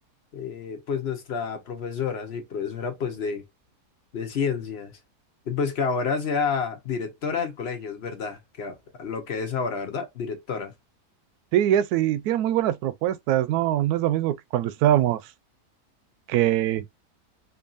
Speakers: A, on the left; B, on the right.
A: eh, pues nuestra profesora, sí, profesora pues de, de ciencias. Y pues que ahora sea directora del colegio, es verdad, que a- lo que es ahora, ¿verdad? Directora,
B: <laughs> sí, ya sí tiene muy buenas propuestas, no, no es lo mismo que cuando estábamos, que,